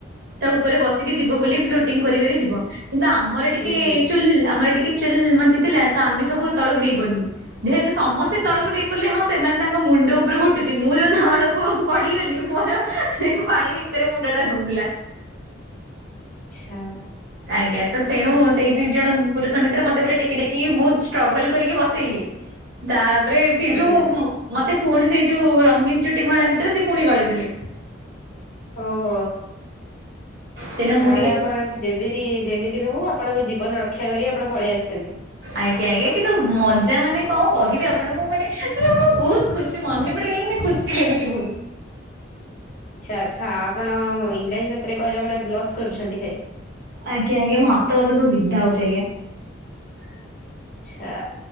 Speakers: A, on the right; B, on the left.
A: ତା ଉପରେ ବସିକି ଯିବ ବୋଲି ଫ୍ଲୋଟିଙ୍ଗ କରି କରି ଯିବ। କିନ୍ତୁ ଆମର ଟିକେ
B: ହୁଁ ହୁଁ
A: ଚୁଲ୍ ଆମର ଟିକେ ଚୁଲ୍ ମଞ୍ଚିଥିଲା ତ ଆମେ ସବୁ ତଳକୁ ଡେଇଁ ପଡିଲୁ ଯେହେତୁ ସମସ୍ତେ ତଳକୁ ଡେ ହଁ ସେମାନେ ତାଙ୍କ ମୁଣ୍ଡ ଉପରୁକୁ ଉୁଠୁଛି ମୁଁ ଯୋଉ ତଳକୁ ପଡିଗଲି ମୋର ପାଣି ଭି ତେରେ ମୁଣ୍ଡ ଟା ରହୁଥିଲା।
B: ଛା
A: ଆଜ୍ଞା ତେଣୁ ସେଇ ଦି ଜଣ ପୁରୁଷ ମିତ୍ର ମତେ ପୁରା ଟେକି ଟେକି ବହୁତ ଷ୍ଟ୍ରଗଲ କରିକି ବସେଇଲେ। ତାପରେ ଫିର୍ରବି
B: ଆଜ୍ଞା
A: ମୁଁ ମତେ ପୁଣି ସେଇ ଯୋଉ ରଙ୍ଗୀନ ଚୁଟି ମହିଳା ମିତ୍ର ସେ ପୁଣି ଗଳେଇଦେଲେ।
B: ଓହୋ
A: ତେଣୁ
B: ତାହେଲେ
A: ମୁଁ ଟିକେ
B: ଆପଣ <unintelligible> ଯେମିତି ବି ହଉ ଆପଣଙ୍କ ଜୀବନ ରକ୍ଷା କରି ଆପଣ ପଳେଇ ଆସିଛନ୍ତି।
A: ଆଜ୍ଞା ଆଜ୍ଞା କିନ୍ତୁ ମଜା ମାନେ କଣ କହିବି ଆପଣଙ୍କୁ ମାନେ ମାନେ ମୁଁ ବହୁତ ଖୁସି ମନେ ପଡିଗଲେ ମାନେ ଖୁସି ଲାଗୁଛି <unintelligible>
B: ଆଛା ଆଛା ଆପଣ ଇଂରାଜୀ ଭାଷାରେ କହିଲା ବେଳେ ବ୍ଲସ୍ କରୁଛନ୍ତି ଖାଲି।
A: ଆଜ୍ଞା ଆଜ୍ଞା ମୋ ହାତ ଫାତ ବିନ୍ଧା ହଉଛି ଆଜ୍ଞା। ହ
B: ଆଚ୍ଛା।